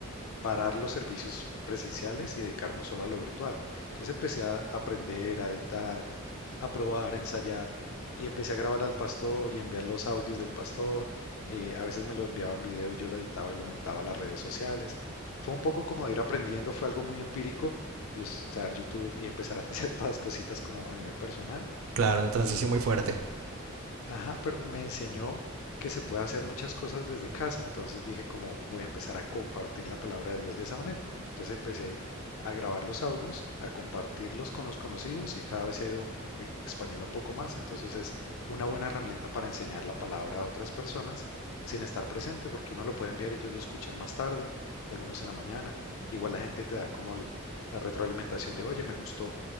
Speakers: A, on the left; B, on the right.
A: parar los servicios presenciales y dedicarnos solo a lo virtual. Entonces empecé a aprender, a editar, a probar, a ensayar y empecé a grabar al pastor y a enviar los audios del pastor. eh, a veces me lo enviaba en video y yo lo editaba y lo montaba a las redes sociales. Fue un poco como de ir aprendiendo, fue algo muy empírico de usar YouTube y empezar a <laughs> hacer todas las cositas como a nivel personal
B: Claro, una transición
A: y
B: muy fuerte.
A: Ajá, pero me enseñó que se puede hacer muchas cosas desde casa, entonces dije como voy a empezar a compartir la palabra de Dios de esa manera. Entonces empecé a grabar los audios, a compartirlos con los conocidos y cada vez se ha ido expandiendo un poco más, entonces es una buena herramienta para enseñar la palabra a otras personas sin estar presente, porque uno lo puede enviar y ellos lo escuchan más tarde, algunos en la mañana, igual la gente te da como el- la retroalimentación de, oye, me gustó,